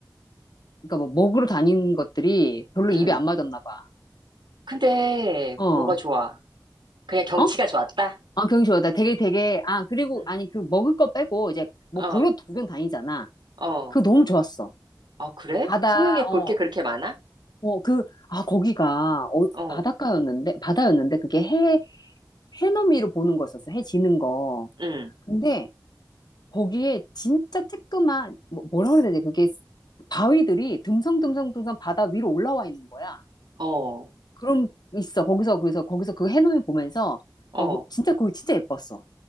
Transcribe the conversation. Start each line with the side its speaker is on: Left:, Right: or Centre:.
Left: 그러니까 뭐 먹으러 다니는 것들이 별로
Right: 응.
Left: 입에 안 맞았나 봐.
Right: 근데
Left: 어,
Right: 뭐가 좋아? 그냥 경치가
Left: 어?
Right: 좋았다?
Left: 아, 경주하다 되게 되게, 아, 그리고,
Right: 응.
Left: 아니, 그 먹을 거 빼고 이제 뭐
Right: 어,
Left: 보러 구경 다니잖아.
Right: 어.
Left: 그거 너무 좋았어.
Right: 아, 그래?
Left: 바다,
Right: 송영에
Left: 어,
Right: 볼 게 그렇게 많아?
Left: 어, 그, 아, 거기가, 어,
Right: 어,
Left: 바닷가였는데, 바다였는데, 그게 해, 해넘이로 보는 거였었어. 해 지는 거.
Right: 응.
Left: 근데, 거기에 진짜 쬐끄만, 뭐, 뭐라 그래야 되지? 그게 바위들이 듬성듬성듬성 바다 위로 올라와 있는 거야.
Right: 어,
Left: 그럼 있어. 거기서, 그래서, 거기서 그 해넘이 보면서,
Right: 어.
Left: 막, 어, 그 진짜, 거기 진짜 예뻤어.